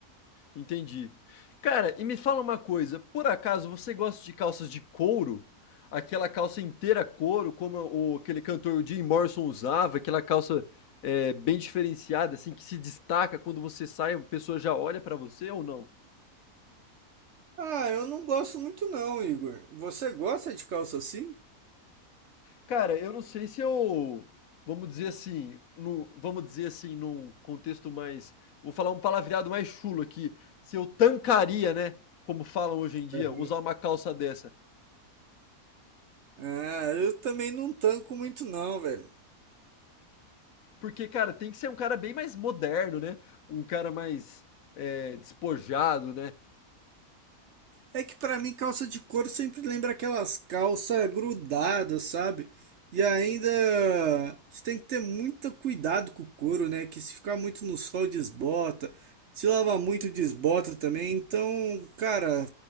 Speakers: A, on the left (about 65°); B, on the right (about 60°).
A: Entendi. Cara, e me fala uma coisa, por acaso você gosta de calças de couro? Aquela calça inteira couro, como o, aquele cantor Jim Morrison usava, aquela calça é, bem diferenciada, assim, que se destaca quando você sai, a pessoa já olha pra você ou não?
B: Ah, eu não gosto muito não, Igor. Você gosta de calça assim?
A: Cara, eu não sei se eu, vamos dizer assim, num, vamos dizer assim, num contexto mais, vou falar um palavreado mais chulo aqui, se eu tancaria, né, como falam hoje em dia,
B: Aham.
A: usar uma calça dessa.
B: Ah, eu também não tanco muito não, velho.
A: Porque, cara, tem que ser um cara bem mais moderno, né? Um cara mais é, despojado, né?
B: É que pra mim calça de couro sempre lembra aquelas calças grudadas, sabe? E ainda você tem que ter muito cuidado com o couro, né? Que se ficar muito no sol desbota, se lavar muito desbota também. Então, cara,